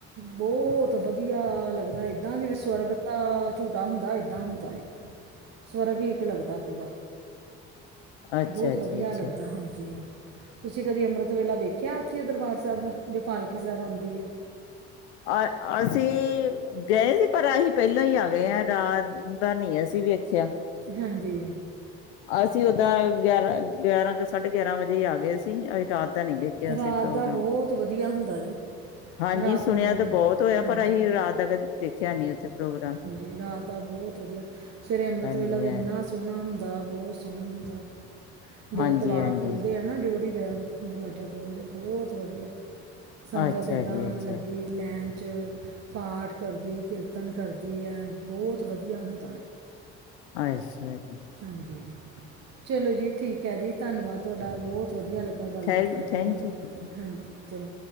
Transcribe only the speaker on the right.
ਬਹੁਤ ਵਧੀਆ ਲੱਗਦਾ ਇੱਦਾਂ ਜਿਵੇਂ ਸਵਰਗ ਦਾ ਝੂਟਾ ਹੁੰਦਾ ਇੱਦਾਂ ਹੁੰਦਾ ਏ। ਸਵਰਗ ਵੀ ਹੀ ਇੱਕ ਲੱਗਦਾ। ਪੂਰਾ
ਬਹੁਤ
ਵਧੀਆ
ਲੱਗਦਾ। ਹਾਂਜੀ। ਤੁਸੀਂ ਕਦੀ ਅੰਮ੍ਰਿਤ ਵੇਲਾ ਵੇਖਿਆ ਉੱਥੇ ਦਰਬਾਰ ਸਾਹਿਬ ਦਾ ਜੋ ਪਾਲਕੀ ਸਾਹਿਬ ਆਉਂਦੀ ਹੈ।
ਹਾਂਜੀ।
ਰਾਤ
ਦਾ ਬਹੁਤ ਵਧੀਆ ਹੁੰਦਾ ਜੀ
ਰਾਤ
ਨੂੰ
ਹਾਂਜੀ
ਹਾਂਜੀ, ਰਾਤ ਦਾ ਬਹੁਤ ਵਧੀਆ ਸਵੇਰੇ ਅੰਮ੍ਰਿਤ
ਵੇਲਾ ਤਾਂ
ਇੰਨਾ ਸੋਹਣਾ ਹੁੰਦਾ ਬਹੁਤ ਸੋਹਣਾ ਹੁੰਦਾ। ਜਦੋਂ
ਕੁਵਾਰਡ ਖੁੱਲ੍ਹਦੇ ਆ ਨਾ ਡਿਓੜੀ ਦੇ ਦਰਵਾਜ਼ਾ ਖੋਲਦੇ ਬਹੁਤ ਵਧੀਆ ਸੰਗਤ
ਇੱਦਾਂ
ਲੱਗੀ ਲੈਣ ' ਪਾਠ ਕਰਦੀ ਕੀਰਤਨ ਕਰਦੀ ਹੈ ਬਹੁਤ ਵਧੀਆ ਹੁੰਦਾ ਹੈ।
ਹਾਂਜੀ, ਚਲੋ ਜੀ ਠੀਕ ਹੈ ਜੀ। ਧੰਨਵਾਦ ਤੁਹਾਡਾ ਬਹੁਤ ਬਹੁਤ ਵਧੀਆ ਲੱਗਦਾ ਗੱਲਬਾਤ
ਕਰਕੇ
ਤੁਹਾਡੇ ਨਾਲ
ਹਾਂਜੀ। ਚੰਗਾ